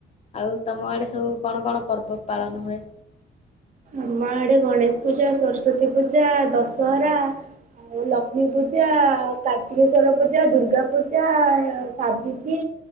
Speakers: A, on the left; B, on the right.
A: ଆଉ ତମ ଆଡ଼େ ସବୁ କଣ କଣ ପର୍ବ ପାଳନ ହୁଏ?
B: ଆମ ଆଡ଼େ ଗଣେଶ ପୂଜା ସରସ୍ଵତୀ ପୂଜା ଦଶହରା ଆଉ ଲକ୍ଷ୍ମୀ ପୂଜା ଆଉ କାର୍ତ୍ତିକେଶ୍ଵର ପୂଜା ଦୁର୍ଗା ପୂଜା ସାବିତ୍ରୀ